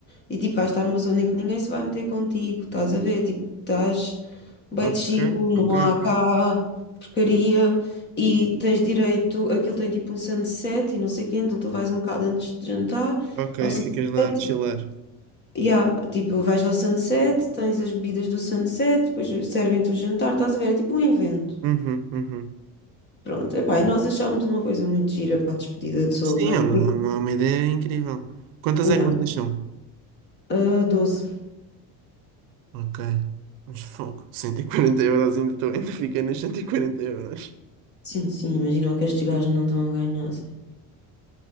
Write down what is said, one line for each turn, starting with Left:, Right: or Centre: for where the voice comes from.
Left: e tipo, vais estar numa zona em que ninguém se vai meter contigo, estás a ver? Tipo, estás bem
Right: Ok,
Left: chill, não
Right: ok,
Left: há
Right: ok.
Left: cá porcaria e tens direito, aquilo tem tipo um sunset e não sei o quê, então tu vais um bocado antes de jantar
Right: Ok,
Left: ao sunset
Right: ficas lá a chilar.
Left: Yeah, tipo, vais ao sunset, tens as bebidas do sunset, depois servem-te o jantar, estás a ver? É tipo um evento.
Right: Uhum, uhum.
Left: Pronto, epá, e nós achámos uma coisa muito gira para a despedida de solteira,
Right: Sim, é uma,
Left: porque,
Right: é uma é uma ideia incrível. Quantas
Left: yeah,
Right: é que vocês são?
Left: ah, 12.
Right: Ok. Mas fogo. cento e quarenta euros ainda, tô, ainda fiquei nas 140 euros.
Left: Sim, sim, imagina o que estes gajos não estão a ganhar, assim.